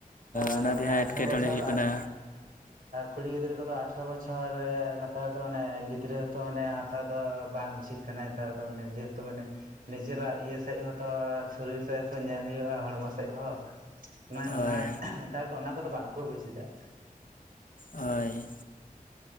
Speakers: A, on the right; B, on the left.
A: ᱟᱨ
B: ᱚᱱᱟ
A: ᱢᱟᱱᱮ
B: ᱨᱮᱭᱟᱜ
A: ᱟᱴᱷᱨᱚ
B: ᱮᱴᱠᱮᱴᱚᱬᱮ
A: ᱵᱚᱪᱷᱚᱨ
B: ᱦᱩᱭᱩᱜ
A: ᱟᱨ
B: ᱠᱟᱱᱟ
A: ᱠᱩᱲᱤ ᱜᱤᱫᱽᱨᱟᱹ ᱠᱚᱫᱚ ᱟᱴᱷᱮᱨᱚ ᱵᱚᱪᱷᱚᱨ ᱞᱟᱛᱟᱨ ᱫᱚ ᱚᱱᱮ ᱜᱤᱫᱽᱨᱟᱹ ᱛᱚ ᱚᱱᱮ ᱦᱟᱛᱟᱣ ᱫᱚ ᱵᱟᱝ ᱩᱪᱤᱛ ᱠᱟᱱᱟ ᱱᱮᱛᱟᱨ ᱫᱚ ᱚᱱᱮ ᱡᱮᱦᱮᱛᱩ ᱢᱟᱱᱮ ᱱᱤᱡᱮᱨᱟᱜ ᱤᱭᱟᱹ ᱥᱮᱡ ᱦᱚᱸᱛᱚ ᱥᱚᱨᱤᱨ ᱥᱮᱡ ᱦᱚᱸᱛᱚ ᱧᱮᱞ ᱦᱳᱭᱳᱜᱼᱟ ᱦᱚᱲᱢᱚ ᱥᱮᱡ ᱦᱚᱸ᱾ ᱚᱱᱟ ᱚᱱᱟ
B: ᱦᱳᱭ
A: ᱱᱮᱛᱟᱨ ᱫᱚ ᱚᱱᱟ ᱠᱚᱫᱚ ᱵᱟᱝᱠᱚ ᱵᱩᱡ ᱫᱟ᱾
B: ᱦᱚᱭ᱾